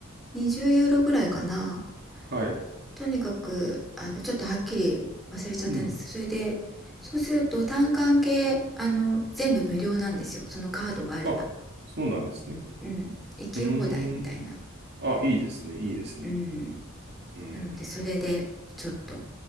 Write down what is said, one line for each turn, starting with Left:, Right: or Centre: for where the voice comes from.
Centre: 20ユーロぐらいかな
Right: はい。
Centre: とにかくあのちょっとはっきり忘れちゃったんですそれでそうすると単管系あの全部無料なんですよそのカードがあれば
Right: うん。あ、そうなんですね。
Centre: うん行き放題みたいな
Right: うーん。あ、いいですね、いいですね。
Centre: うん
Right: うん。
Centre: なのでそれでちょっと